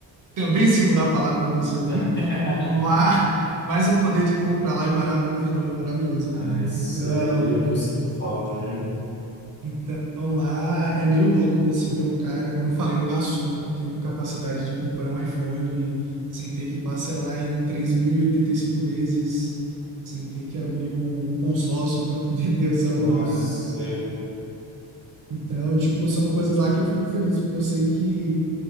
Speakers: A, on the right; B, on the left.
A: também se mudar para lá quando você ouvir,
B: <laughs>
A: mas, mas o poder de compra lá é maravilo- maravilhoso,
B: Ah,
A: cara.
B: isso
A: Então.
B: aí é o que eu sinto falta, viu?
A: Então lá é meio louco você ver um cara, como eu falei, um garçom tendo capacidade de comprar um iPhone sem ter que parcelar em três mil e e oitenta e cinco vezes, sem ter que abrir um consórcio para poder <laughs> ter o celular.
B: Nossa.
A: Então, tipo, são coisas lá que eu fico feliz, porque eu sei que